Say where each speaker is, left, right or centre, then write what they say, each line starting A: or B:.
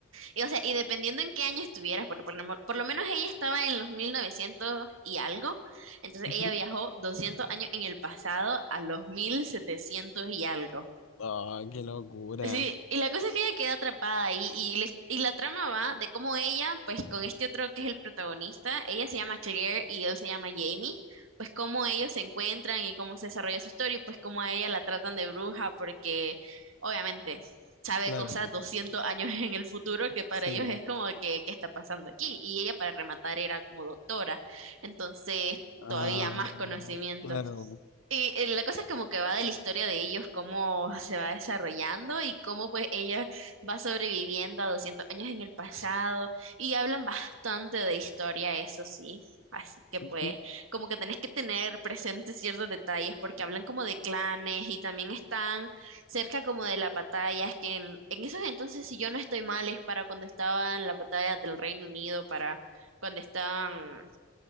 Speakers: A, on the right (about 80°); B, on the left (about 85°).
A: Y, o sea, y dependiendo en qué año estuvieras, por, por, lo mo- por lo menos ella estaba en los 1900 y algo, entonces
B: ujú.
A: ella viajó 200 años en el pasado a los 1700 y algo.
B: Ah, qué locura.
A: Sí, y la cosa es que ella queda atrapada ahí y, le- y la trama va de cómo ella, pues con este otro que es el protagonista, ella se llama Claire y él se llama Jamie, pues cómo ellos se encuentran y cómo se desarrolla su historia y pues cómo a ella la tratan de bruja porque obviamente sabe
B: Claro,
A: cosas 200 años en el futuro que para
B: sí.
A: ellos es como que, ¿qué está pasando aquí? Y ella para rematar era como doctora, entonces
B: Ah,
A: todavía más conocimiento.
B: claro.
A: Y eh, la cosa es como que va de la historia de ellos, cómo se va desarrollando y cómo pues ella va sobreviviendo a 200 años en el pasado y hablan bastante de historia, eso sí. Así que
B: Ujú.
A: pues como que tenés que tener presentes ciertos detalles porque hablan como de clanes y también están cerca como de las batallas que en, en esos entonces, si yo no estoy mal, es para cuando estaban la batalla del Reino Unido, para cuando estaban